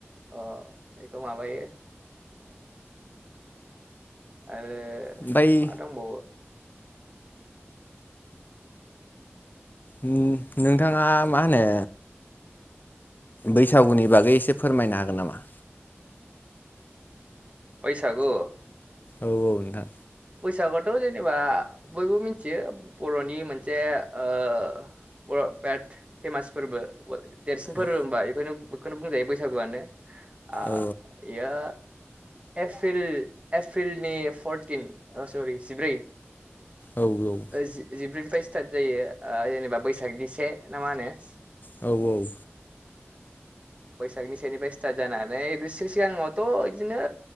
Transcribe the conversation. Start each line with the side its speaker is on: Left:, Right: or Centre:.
Right: अ बेखौ माबायो आरो
Left: ओमफ्राय
Right: मा दंबावो
Left: उम नोंथाङा मा होनो बैसागुनि बागै एसे फोरमायनो हागोन नामा?
Right: बैसाागु
Left: औ औ नोंथां
Right: बैसागुआथ' जेनेबा बयबो मिनथियो बर'नि मोनसे ओ बर' बेद फेमास फोरबो देरसिन फोरबो
Left: औ
Right: होनबा एफोनो एखौनो बुंजायो बैसागुआनो आ
Left: औ
Right: एयो एप्रिल एप्रिलनि फरटिन ओ सरि जिब्रै
Left: औ औ
Right: जि जिब्रैनिफ्राय स्टार्ट जायो ओ जेनेबा बैसागनि से ना मा होनो
Left: औ औ
Right: बैसागनि सेनिफ्राय स्टार्ट जानानै गोसो सिगाङावथ' इदिनो